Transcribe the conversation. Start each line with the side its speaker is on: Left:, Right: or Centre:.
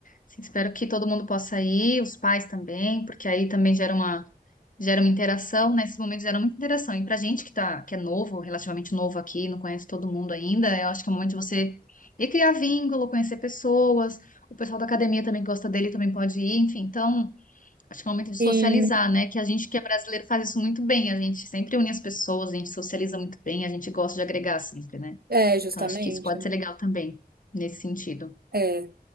Left: Sim, espero que todo mundo possa ir, os pais também, porque aí também gera uma Gera uma interação, nesses momentos gera muita interação. E pra gente que tá, que é novo, relativamente novo aqui, não conhece todo mundo ainda, eu acho que é o momento de você ir criar vínculo, conhecer pessoas. O pessoal da academia também que gosta dele, também pode ir, enfim. Então, acho que é o momento de socializar,
Right: Sim,
Left: né? Que a gente que é brasileiro faz isso muito bem. A gente sempre une as pessoas, a gente socializa muito bem, a gente gosta de agregar sempre, né?
Right: é, justamente.
Left: Então, acho que isso pode ser legal também, nesse sentido.
Right: É,